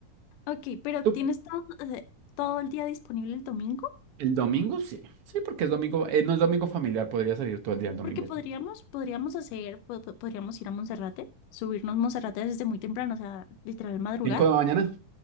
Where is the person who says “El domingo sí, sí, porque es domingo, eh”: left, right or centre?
Right